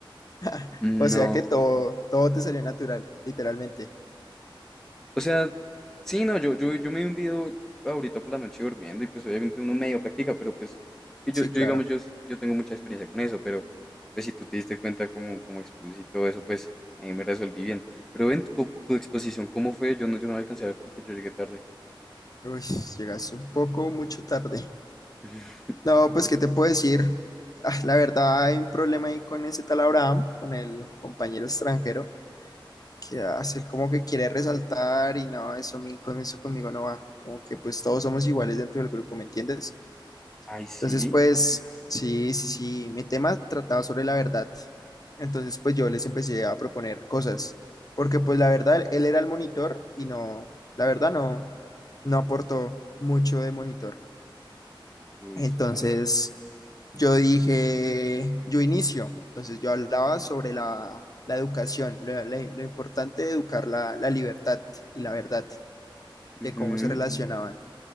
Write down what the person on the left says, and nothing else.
<laughs>
O sea que todo, todo te salió natural, literalmente.
Sí,
claro.
Uy, llegaste un poco mucho tarde.
No, pues, ¿qué te puedo decir? Ah, la verdad, hay un problema ahí con ese tal Abraham, con el compañero extranjero, que hace como que quiere resaltar y no, eso a mí, con eso conmigo no va. Como que pues todos somos iguales dentro del grupo, ¿me entiendes?
Entonces, pues, sí, sí, sí, mi tema trataba sobre la verdad. Entonces, pues yo les empecé a proponer cosas, porque pues la verdad, él era el monitor y no, la verdad no, no aportó mucho de monitor.
Entonces,
yo dije, yo inicio. Entonces, yo hablaba sobre la, la educación, lo, la- lo importante de educar la, la libertad y la verdad,
de cómo se relacionaban.